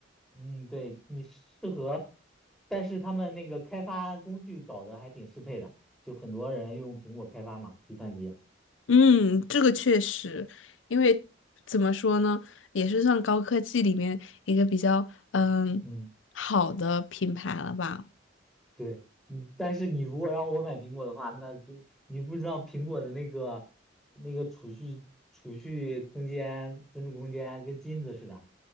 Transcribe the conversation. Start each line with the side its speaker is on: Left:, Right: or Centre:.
Centre: 嗯，对，你适合，但是他们那个开发工具搞得还挺适配的，就很多人用苹果开发嘛，计算机。
Left: 嗯，这个确实，因为怎么说呢，也是算高科技里面一个比较嗯好的品牌了吧？
Centre: 嗯，对，嗯，但是你如果让我买苹果的话，那就你不知道苹果的那个那个储蓄储蓄空间、存储空间跟金子似的。